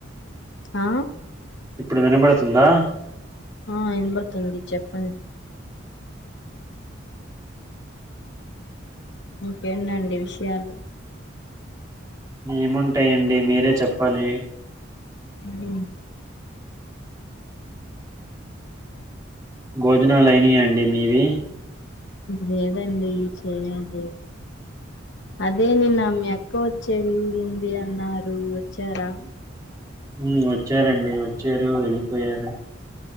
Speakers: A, on the left; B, on the right.
A: ఆ
B: ఇప్పుడు వినబడుతుందా
A: ఆ ఇనబడుతుంది చెప్పండి ఇంకెందండి విషయాలు
B: ఏముంటాయండి మీరే చెప్పాలి
A: ఉ
B: భోజనాలు అయినయ అండి మీవి
A: లేదండి చేయాలి అదే నిన్న మీ అక్క వచ్చి వెళ్ళింది అన్నారు వచ్చారా
B: ఉ వచ్చారండి వచ్చారు వెళ్ళిపోయారు